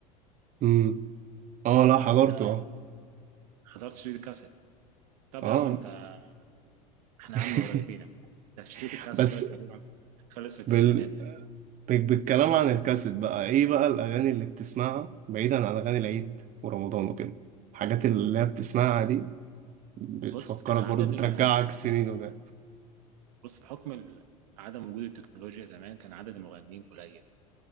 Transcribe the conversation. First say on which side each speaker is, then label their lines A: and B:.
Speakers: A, on the right; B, on the right.
A: مم. اه لا حضرته
B: ده
A: اه
B: حضرت شريط الكاسيت طب
A: اه
B: يا عم انت احنا
A: <laughs>
B: عم قريبين ده شريط الكاسيت
A: بس
B: ده تقريبا خلص في التسعينات
A: بال... طيب بالكلام عن الكاسيت بقى ايه بقى الاغاني اللي بتسمعها بعيدا عن اغاني العيد ورمضان وكده الحاجات اللي هي بتسمعها دي بتفكرك
B: بص كان عدد
A: برضه بترجعك
B: المغنيين
A: سنين وده
B: بص بحكم ال- عدم وجود التكنولوجيا زمان كان عدد المغنيين قليل